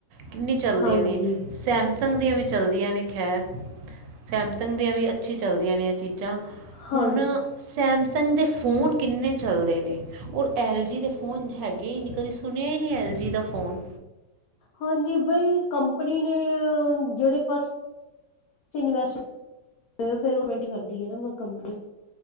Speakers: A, on the right; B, on the left.
A: ਕਿੰਨੀ ਚੱਲਦੀਆਂ
B: ਹਾਂਜੀ
A: ਨੇ ਸੈਮਸੰਗ ਦੀਆਂ ਵੀ ਚੱਲਦੀਆਂ ਨੇ‌। ਖੈਰ ਸੈਮਸੰਗ ਦੀਆਂ ਵੀ ਅੱਛੀ ਚੱਲਦੀਆਂ ਨੇ ਇਹ ਚੀਜ਼ਾਂ
B: ਹਾਂਜੀ।
A: ਹੁਣ ਸੈਮਸੰਗ ਦੇ ਫੋਨ ਕਿੰਨੇ ਚੱਲਦੇ ਨੇ ਔਰ ਐੱਲ ਜੀ ਦੇ ਫ਼ੋਨ ਹੈਗੇ ਹੀ ਨਹੀਂ ਕਦੀ ਸੁਣਿਆ ਹੀ ਨਹੀਂ ਐੱਲ ਜੀ ਦਾ ਫੋਨ‌।
B: ਹਾਂਜੀ ਬਾਈ ਕੰਪਨੀ ਨੇ ਜਿਹੜੇ ਪਾਸੇ ਇਨਵੈਸਟ ਫਿਰ ਉਹੈਂਟ ਕਰਦੀ ਹੈ ਨਾ ਕੰਪਨੀ।